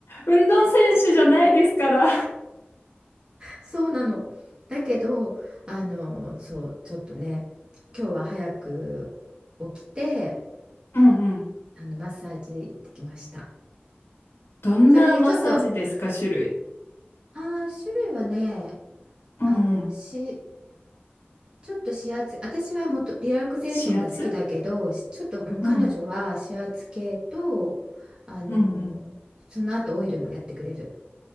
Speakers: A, on the left; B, on the right.
A: 運動選手じゃないですから。
B: そうなの。だけど、あの、そう、ちょっとね、今日は早く起きて、
A: うんうん。
B: あの、マッサージ行ってきました。
A: どんなマッサージですか、
B: それでちょっと
A: 種類。
B: ああ、種類はね、
A: うんうん。
B: あの、し、ちょっと指圧、私はもっとリラクゼーションが好きだけど、
A: 指圧
B: しちょっと、うん、彼女は指圧系と、
A: うん
B: あの、
A: うんうん。
B: その後オイルもやってくれる。